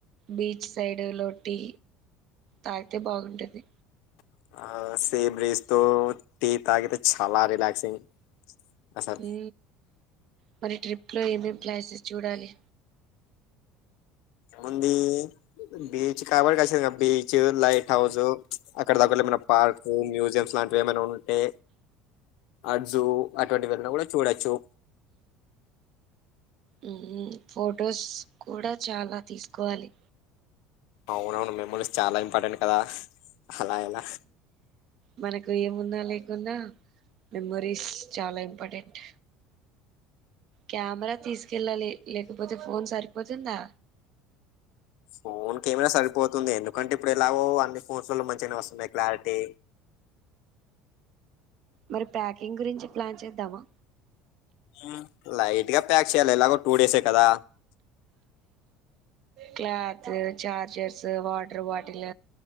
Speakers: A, on the right; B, on the left.
A: బీచ్ సైడ్ టీ తాగితే బాగుంటుంది.
B: <unintelligible> తో టీ తాగితే చాల రిలాక్సింగ్ అసలు
A: హు మళ్ళీ ట్రిప్ లో ఏమేమి ప్లేసెస్ చూడాలి.
B: ముంది బీచ్ కాబట్చ్చ బీచ్ లైట్ హౌస్ అక్కడ దగ్గరలో ఏమైనా పార్కు మ్యూజియంస్ లాంటివి ఏమైనా ఉంటే అడ్జు అటువంటివిన్నా కూడా చూడచ్చు.
A: హు ఫొటోస్ కూడా చాలా తీసుకోవాలి.
B: అవునవును మెమోరీస్ చాలా ఇంపార్టెంట్ కదా అలా ఎలా
A: మన ఏమున్నా లేకున్నా మెమరీస్ చాలా ఇంపార్టెంట్ కెమెరా తీసుకెళ్ళాలి లేకపోతే ఫోన్ సరిపోతుందా.
B: ఫోన్ కెమెరా సరిపోతు ంది ఎందుకంటే ఇప్పుడు ఎలాగో అన్ని ఫోటోలు మంచి వస్తున్నాయి క్లారిటీ
A: మరి ప్యాకింగ్ గురించి ప్లాన్ చేద్దామా
B: హు లైట్గా అపేక్షయాల ఎలాగో టూ డేసే కదా
A: cloth chargers water bottle